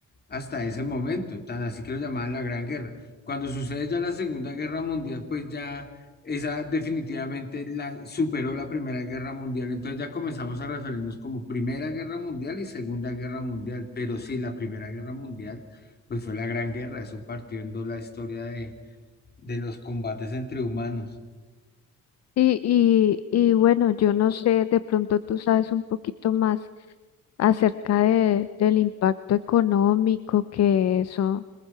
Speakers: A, on the left; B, on the left.
A: hasta ese momento, tan así que lo llamaban la Gran Guerra. Cuando sucede ya la Segunda Guerra Mundial, pues ya esa definitivamente la superó la Primera Guerra Mundial, entonces ya comenzamos a referirnos como Primera Guerra Mundial y Segunda Guerra Mundial, pero sí, la Primera Guerra Mundial, pues fue la Gran Guerra, eso partió en dos la historia de de los combates entre humanos.
B: Y, y, y bueno, yo no sé, de pronto tú sabes un poquito más acerca de, del impacto económico que eso